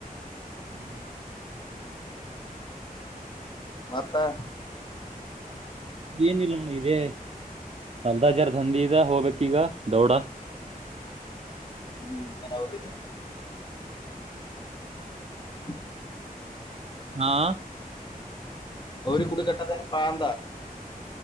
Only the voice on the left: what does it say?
ಮಾತಾ
ಹ್ಮ್ ಬರಬರಿ ಇ ಹ್ಮ
ಅವ ಕುಡ ಕೆಟ್ಟತನು ಪಾಂತಾ